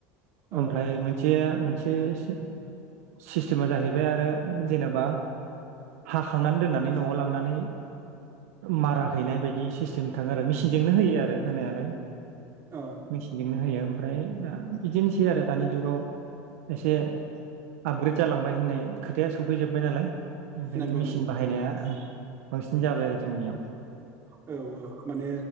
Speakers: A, on the right (about 35°); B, on the right (about 75°).
A: ओं
B: ओमफ्राय मोनसेया मोन से स सिस्टेमा जाहैबाय आरो जेनेबा हाखांनानै दोननानै न'आव लांनानै मारा हैनाय
A: अ ओं
B: बायदि सिस्टेम थांङो आरो मेसिनजोंनो होयो आरो होनायालाय।
A: अ
B: मेसिनजोंनो हायो ओमफ्राय दा बिदिनो सै आरो दानि जुगाव एसे आपग्रेद जालांबाय होननाय खोथाया सफैजोब्बाय नालाय ओंखायनो
A: नंगौ
B: मेसिन
A: नंगौ
B: बाहायनाया बांसिन जाबाय आरो जोंनियाव
A: औ औ माने